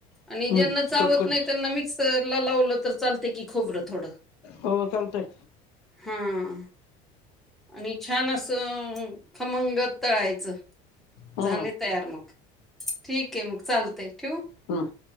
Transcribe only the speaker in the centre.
आणि
ज्यांना चावत
नाही त्यांना मिक्सरला लावलं तर चालतयं की खोबरं थोडं.
हां. आणि छान असं खमंग तळायचं.
झाले तयार मग ठीक आहे मग चालतय ठीव